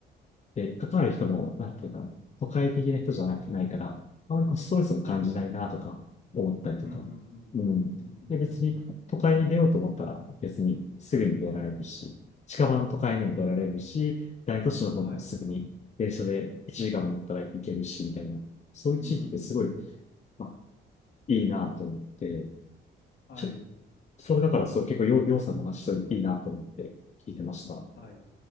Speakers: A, on the left; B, on the left.
A: で、関わる人も、なんていうか、都会的な人じゃなくてないから、あまりこうストレスを感じないなとか思ったりとか。
B: はい。うん、うん、うん、うん。
A: うん。
B: うん、うん、
A: で、別に都会に出ようと思ったら、
B: うん、うん。
A: 別にすぐに出られるし、近場の都会にも出られるし、
B: はい、
A: 大都市の方にもすぐに電車で1時間も乗ったら行けるし、
B: はい。
A: みたいな。そういう地域ってすごい、
B: うーん。
A: まあ、いいなと思って、
B: はい、
A: ちょっと、それだからそう、結構よ、ようさんの話、そういいなと思って聞いてました。
B: はい。